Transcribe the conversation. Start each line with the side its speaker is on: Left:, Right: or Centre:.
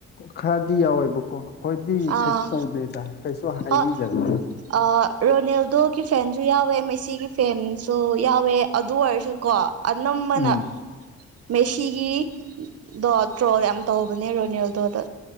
Left: ꯈꯔꯗꯤ ꯌꯥꯎꯋꯦꯕꯀꯣ ꯑꯩꯈꯣꯏꯗꯤ
Right: ꯑꯥ
Left: ꯀꯩꯁꯨ ꯇꯧꯗꯦꯗ ꯀꯩꯁꯨ ꯍꯥꯏꯕꯤꯗꯕ
Right: ꯍꯣꯏ ꯑꯥ ꯔꯣꯅꯦꯜꯗꯣꯒꯤ ꯐꯦꯟꯁꯨ ꯌꯥꯎꯋꯦ ꯃꯦꯁꯤꯒꯤ ꯐꯦꯟꯁꯨ ꯌꯥꯎꯋꯦ ꯑꯗꯨ ꯑꯣꯏꯔꯁꯨ ꯀꯣ ꯑꯅꯝꯕꯅ
Left: ꯎꯝ
Right: ꯃꯦꯁꯤꯒꯤ ꯗꯣ ꯇ꯭ꯔꯣꯜ ꯌꯥꯝ ꯇꯧꯕꯅꯦ ꯔꯣꯅꯦꯜꯗꯣꯗ